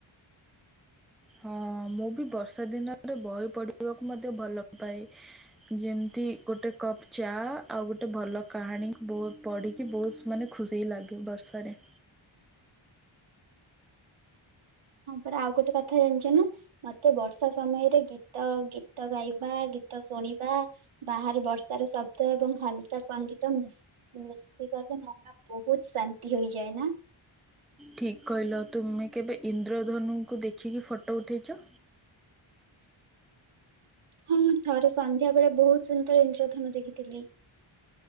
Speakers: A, in the centre; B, on the right.
A: ହଁ ମୁଁ ବି ବର୍ଷା ଦିନରେ ବହି ପଢ଼ିବାକୁ ମଧ୍ୟ ଭଲ ପାଏ। ଯେମିତି ଗୋଟେ କପ୍ ଚା, ଆଉ ଗୋଟେ ଭଲ କାହାଣୀ ବହୁତ ପଢ଼ିକି ବହୁତ ମାନେ ଖୁସି ଲାଗେ ବର୍ଷାରେ।
B: ହଁ ପରା ଆଉ ଗୋଟେ କଥା ଜାଣିଛ ନା। ମତେ ବର୍ଷା ସମୟରେ ଗୀତ ଗୀତ ଗାଇବା ଗୀତ ଶୁଣିବା ବାହାରେ ବର୍ଷାର ଶବ୍ଦ ଏବଂ ହାଲକା ସଙ୍ଗୀତ ମିଶ ମୃତ୍ତିକା କା ର ମନ ବହୁତ ଶାନ୍ତି ହୋଇଯାଏ ନା?
A: ଠିକ୍ କହିଲ, ତୁମେ କେବେ ଇନ୍ଦ୍ରଧନୁଙ୍କୁ ଦେଖିକି ଫଟୋ ଉଠେଇଚ?
B: ହଁଁ ଥରେ ସନ୍ଧ୍ୟା ବେଳେ ବହୁତ ସୁନ୍ଦର ଇନ୍ଦ୍ରଧନୁ ଦେଖିଥିଲି।